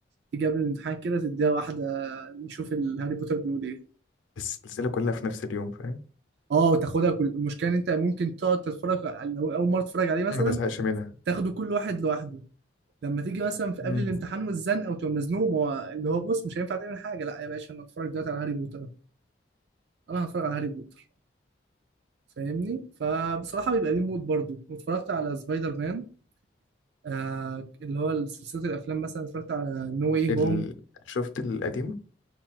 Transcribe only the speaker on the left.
السلسلة كلها في نفس اليوم فاهم
ما بزهقش منها
مم.
ال...
شفت القديم